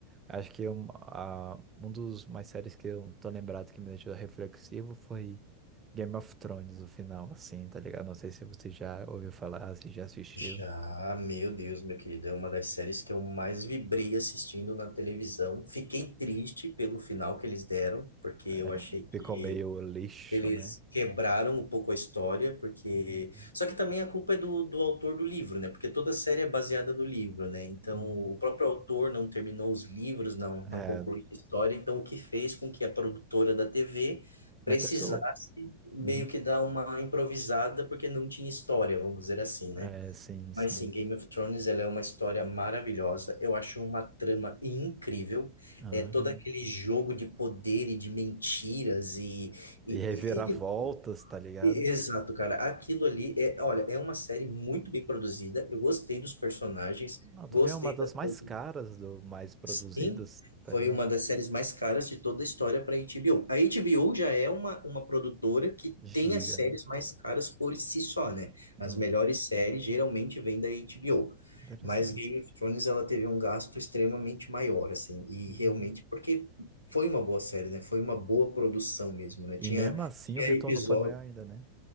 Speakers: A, on the right; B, on the left.
A: Acho que um, a, um dos mais séries que eu tô lembrado que me deixou reflexivo foi Game of Thrones, o final, assim, tá ligado? Não sei se você já ouviu falar, se já assistiu.
B: Já, meu Deus, meu querido, é uma das séries que eu mais vibrei assistindo na televisão. Fiquei triste pelo final que eles deram, porque
A: É,
B: eu achei que
A: Ficou meio lixo,
B: Eles
A: né?
B: quebraram um pouco a história, porque.
A: Uhum.
B: Só que também a culpa é do, do autor do livro, né? Porque toda a série é baseada no livro, né? Então,
A: Uhum.
B: o próprio autor não terminou os livros, não,
A: É,
B: não concluiu a história. Então, o que fez com que a produtora da TV
A: meteu
B: precisasse
A: seu louco.
B: meio
A: Uhum.
B: que dar uma improvisada, porque não tinha história, vamos dizer assim, né?
A: É, sim, sim.
B: Mas sim, Game of Thrones, ela é uma história maravilhosa. Eu acho uma trama incrível.
A: Ah,
B: É todo aquele jogo de poder e de mentiras e. E,
A: e reviravoltas,
B: e-
A: tá ligado?
B: e- Exato, cara. Aquilo ali é, olha, é uma série muito bem produzida. Eu gostei dos personagens,
A: Não, tu
B: gostei
A: vê uma das
B: da produção.
A: mais caras, do mais produzidas,
B: Sim,
A: tá
B: foi
A: ligado?
B: uma das séries mais caras de toda a história para a HBO. A HBO já é uma, uma produtora que
A: Giga,
B: tem as séries
A: né?
B: mais caras por si só, né? As
A: Uhum.
B: melhores séries geralmente vêm da HBO.
A: Interessante.
B: Mas Game of Thrones ela teve um gasto extremamente maior, assim, e
A: Uhum.
B: realmente porque foi uma boa série, né? Foi uma boa produção mesmo, né?
A: E
B: Tinha
A: mesmo assim
B: tinha
A: o retorno
B: episódio,
A: foi maior ainda, né?